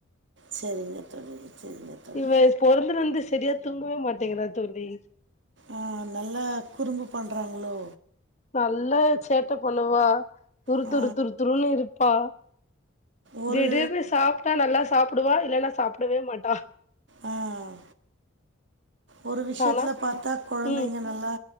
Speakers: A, on the right; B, on the left.
A: சரிங்க தோழி சரிங்க தோழி
B: இவ பொறந்தலிருந்து சரியா தூங்கவே மாட்டீங்களா தோழி
A: ஆஹ் நல்லா குறும்பு பண்றாங்களோ
B: நல்லா சேட்ட பண்ணுவா துரு
A: ஆ
B: துரு துரு துருன்னு இருப்பா
A: ஒரு
B: திடீர்னு சாப்பிட்டா நல்லா சாப்பிடுவா இல்லனா சாப்பிடவே மாட்டா
A: ஆஹ் ஒரு விஷயத்துல
B: ஆனா
A: பாத்தா குழந்தைங்க
B: ம்
A: நல்லா